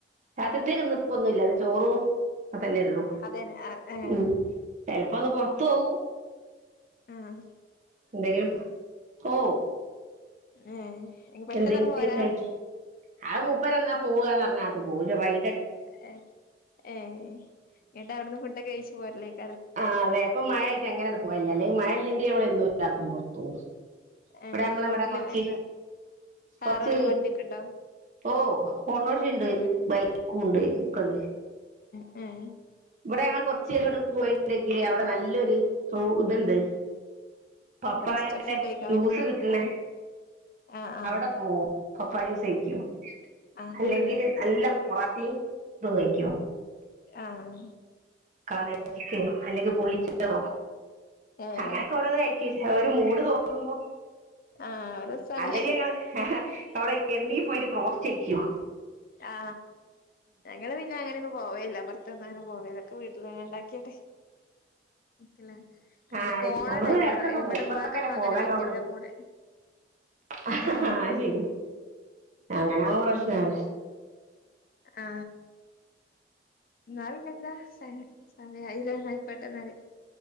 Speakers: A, on the right (about 40°); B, on the left (about 50°).
A: രാത്രിത്തേക്ക് നിപ്പ ഒന്നുമല്ല ചോറും അ തന്നെയള്ളൂ
B: അതെന്നെ ആഹ്
A: ഉ ചിലപ്പോന്ന് പറത്തു പോകൂ
B: ആഹ
A: എന്തെങ്കിലും ഓ
B: ഏഹ് ഇനി പെട്ടെന്നാട്
A: എന്തെങ്കിലും
B: പോവലാ
A: കഴ ആ മൂപ്പർ എന്നാ പോവന്ന് പറഞ്ഞ പൂജ വൈ
B: ഏ ഏ എന്നട്ട് അവിടുന്ന് ഫുഡ്ക്കെ കഴിച്ച ച
A: ആ അതെപ്പൊ മഴ ആയിട്ട് അങ്ങനത് പോലല്ല അല്ലെങ്ക മഴ അല്ലെങ്കിൽ അവള രാത്രി പുറത്തു ഇവിടെ
B: ഏഹ്
A: നമ്മള
B: എന്താ
A: ഇവിടെ
B: വീട്ടില്
A: കൊറച്ച്
B: എന്താ കാറോ
A: കൊറച്ച്
B: എന്തോ വണ്ടിയൊക്കെ ഉണ്ടോ
A: ഓ ഓട്ടോറിക്ഷുണ്ട്
B: ഉം
A: ബൈക്കും ഉണ്ട് ഒക്കണ്ട്
B: ആ
A: ഇവിടെ ഞങ്ങൾ കൊറച്ച പോയി അ അവിടെ നല്ലൊരു ഇതുണ്ട് പപ്പായടെ
B: റെസ്റ്റ് ഫുഡ് കഴിക്കാൻ
A: ജ്യൂസ്
B: വരും
A: കിട്ടണ
B: ആഹ് ആഹ്
A: അവിടെ പോ പപ്പ ജ്യൂസ് കഴക്കോ
B: ആഹ്
A: അല്ലെങ്കിൽ
B: ഏഹ് ആഹ് ഏഹ്
A: നല്ല മറാത്തി തങ്ങയ്ക്കോ
B: ആഹ
A: കക്കോ അല്ലെങ്കിൽ പുളിച്ചതോ
B: ഏഹ്
A: അങ്ങനൊക്കെ ഓരോ കഴിക്ക ഒരു മൂട് തോന്നുമ്പോ
B: ആ രസാണ്
A: അല്ലെങ്കിൽ ഞങ്ങള് അവിടെ ജിമ്മി പോയിട്ട് പോസ്റ്റ് ചെയ്യിക്കുവ
B: ആ ഞങ്ങള് പിന്നെ അങ്ങനെ പോവേ ഇല്ല പുറത്തു ഒന്നും അങ്ങനെ പോവേ ഇല്ല ഇതൊക്കെ വീട്ടിൽ ഉണ്ടാക്കിട്ട് നിക്കലാ അങ്ങനെ
A: ആഹ്
B: പോണ
A: നമ്മള്
B: ടൈം
A: ഇടക്കൊക്കെ
B: ഇവടെ
A: പോകും ഇപ്പൊക്കല്ലേ
B: ഉമ്മാക്കും അങ്ങനെ
A: പോകാനാവുള്ളൂ
B: പറ്റൂല്ലാ പോണ
A: ആഹ്
B: ആ
A: ശരി അങ്ങനെ ആവുമ്പോ പ്രശ്നാണ്
B: ഉം ആ നാളെയിനി എന്താ സൈൻ സമയം ആയിലാന്ന് ആയിക്കോട്ടെ എന്നാൽ <inaudible>